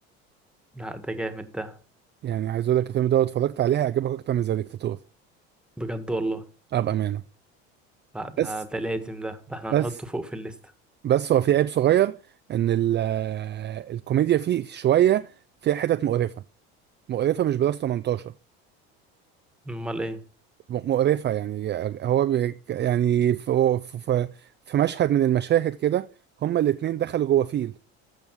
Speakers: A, in the centre; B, on the right.
A: لا ده جامد ده
B: يعني عايز اقول لك الفيلم ده لو اتفرجت عليه هيعجبك اكتر من ذا ديكتاتور
A: بجد والله
B: ابقى امانة
A: لا
B: بس
A: ده ده لازم ده ده احنا
B: بس
A: هنحطه فوق في الليستة
B: بس هو في عيب صغير ان ال- آه، الكوميديا فيه شوية فيها حتت مقرفة مقرفة مش بلس 18
A: امال ايه
B: م- مقرفة يعني هو بي يعني في, في, في مشهد من المشاهد كده هما الاتنين دخلوا جوه فيل